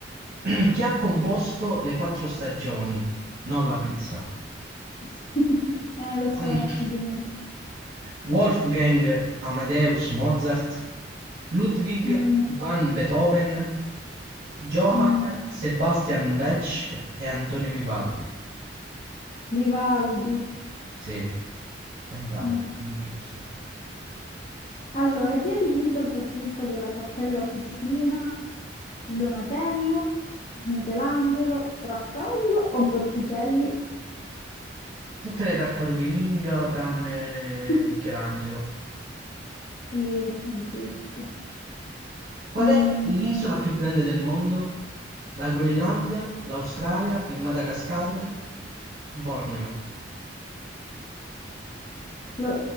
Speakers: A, on the right (about 55°); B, on the left (about 40°).
A: <clears throat> Chi ha composto le quattro stagioni? Non la pizza.
B: <laughs> sì, eh, lo so,
A: An-
B: dimmi.
A: Wolfgang Amadeus Mozart, Ludwig
B: Mm,
A: van Beethoven, Johann
B: mm,
A: Sebastian Bach e Antonio Vivaldi.
B: Vivaldi.
A: Sì. E dai,
B: Mm.
A: però, non è giusto.
B: Allora, chi ha dipinto il soffitto della Cappella Sistina? Donatello, Michelangelo, Raffaello o Botticelli?
A: Tutte le tartarughe ninja tranne
B: <laughs>
A: Michelangelo.
B: Sì, è giusto.
A: Qual
B: Mm,
A: è l'isola più grande del mondo? La Groenlandia, l'Australia, il Madagascar, Borneo.
B: lo-